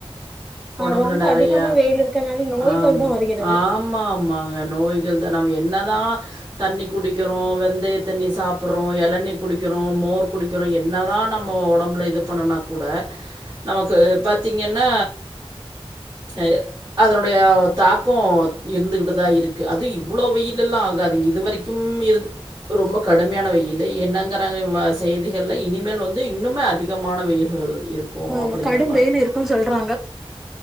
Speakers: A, in the centre; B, on the right.
A: ஆ
B: ஒடம்புல
A: ரொம்ப
B: நெறைய
A: அதிகமா வெயில் இருக்கனால நோய்கள்
B: ஆமா
A: தா வருகிறது
B: ஆமாமாங்க நோய்கள் தா நம்ம எத் என்னதா தண்ணி குடிக்கிறோ வெந்தய தண்ணி சாப்பிட்றோ எளணி குடிக்கிறோ மோர் குடிக்கிறோ என்னதா நம்ம ஒடம்புல இது பண்ணுனா கூட நமக்கு பத் த்திங்கன்னா ஏய அதனுடைய தாக்கொ இருந்துகிட்டுதா இருக்கு அது இவ்வளோ வெயிலல்லா ஆகாது இது வரைக்கும் இருந்து ரொம்ப கடுமையான வெயிலு என்னங்கிறாங்க செய்திகள்ல இனிமேல் வந்து இன்னுமே அதிகமான வெயில்கள் இருக்கு
A: ஆமா
B: அப்படிங்கிற
A: கடும் வேயில் இருக்குன்னு சொல்றாங்க